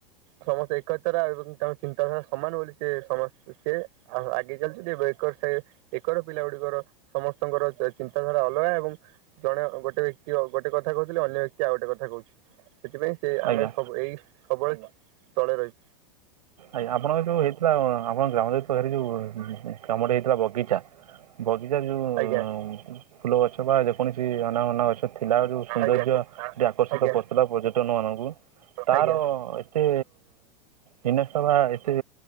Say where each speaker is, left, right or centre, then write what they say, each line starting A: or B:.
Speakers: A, on the right; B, on the right.
A: ସମସ୍ତେ ଏକତା ର ଏବଂ ତାଙ୍କ ଚିନ୍ତାଧାରା ସମାନ ବୋଲି। ସିଏ ସମସ୍ତ ସିଏ ଆ-ଆଗେଇ ଚାଲିଛନ୍ତି ଏବେ ଏକର ସାହି। ଏକର ପିଲା ଗୁଡିକର ସମସ୍ତଙ୍କର ଚ-ଚିନ୍ତାଧାରା ଅଲଗା ଏବଂ। ଜଣେ ଅ ଗୋଟେ ବ୍ୟକ୍ତି ଅ ଗୋଟେ କଥା କହୁଥିଲେ ଅନ୍ୟ ବ୍ୟକ୍ତି ଆଉ ଗୋଟେ କଥା କହୁଛି ସେଥିପାଇଁ। ସେ ଆମେ
B: ଆଜ୍ଞା
A: ସବୁ ଏଇ ସବୁବେଳେ ତଳେ ରହି।
B: ଆଜ୍ଞା ଆପଣଙ୍କର ଯୋଉ ହେଇଥିଲା ଅ ଆପଣଙ୍କ ଗ୍ରାମରେ ପାଖରେ ଯୋଉ ଉଁ ଗ୍ରାମଟେ ହେଇଥିଲା ବଗିଚା। ବଗିଚା ଯୋଉ ଉଁ
A: ଆଜ୍ଞା।
B: କୁ ଫୁଲ ଗଛ ବା ଯେକୌଣସି ଅନା ବନା ଗଛ ଥିଲା ଆଉ ଯୋଉ ସୌନ୍ଦର୍ଯ୍ୟ।
A: ଆଜ୍ଞା ଆଜ୍ଞା।
B: ଟା ଆକର୍ଷିତ
A: ଆଜ୍ଞା
B: କରୁଥିଲା ପର୍ଯ୍ୟଟନ ମାନଙ୍କୁ ତାର
A: ଆଜ୍ଞା।
B: ଏତେ। ହିନସ୍ତା ବା ଏତେ